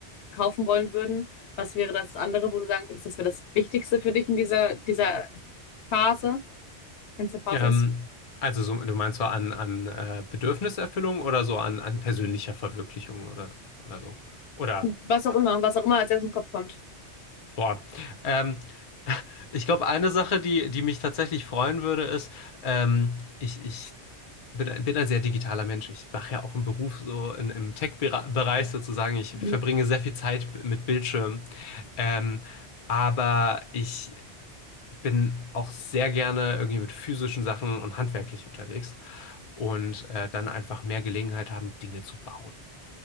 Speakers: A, on the left; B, on the left.
A: kaufen wollen würden, was wäre das andere, wo du sagen würdest, das wäre das Wichtigste für dich in dieser, dieser Phase, wenn es eine Phase
B: Ähm,
A: ist?
B: also so, du meinst so an, an äh, Bedürfniserfüllung oder so an, an persönlicher Verwirklichung oder, oder so. Oder,
A: Was auch immer, was auch immer als erstes im Kopf kommt.
B: boah. Ähm, <laughs> ich glaube, eine Sache, die, die mich tatsächlich freuen würde, ist, ähm, ich, ich bin, ein- bin ein sehr digitaler Mensch. Ich mache ja auch einen Beruf so in, im Tech-Bereich sozusagen. Ich
A: Mhm.
B: verbringe sehr viel Zeit mit Bildschirmen. Ähm, aber ich bin auch sehr gerne irgendwie mit physischen Sachen und handwerklich unterwegs und äh, dann einfach mehr Gelegenheit haben, Dinge zu bauen.